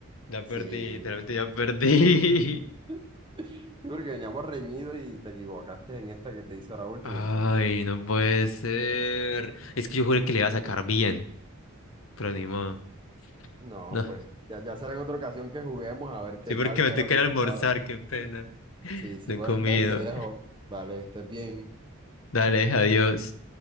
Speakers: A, on the left (about 70°); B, on the right (about 20°).
A: Ya
B: Sí.
A: perdí, literalmente ya perdí.
B: <laughs> Sí, porque veníamos reñidos y te equivocaste en esta que te hizo
A: <laughs>
B: la última,
A: Ay,
B: entonces.
A: no puede ser. Es que yo juré
B: ya.
A: que le iba a sacar bien, pero ni modo.
B: No,
A: No,
B: pues ya, ya será en otra ocasión que juguemos a ver qué
A: sí, porque
B: tal
A: me
B: queda
A: tengo
B: el
A: que
B: resultado.
A: ir a almorzar, qué pena.
B: Sí, sí,
A: No he
B: bueno,
A: comido.
B: entonces te dejo. Vale, que estés bien.
A: Dale, adiós.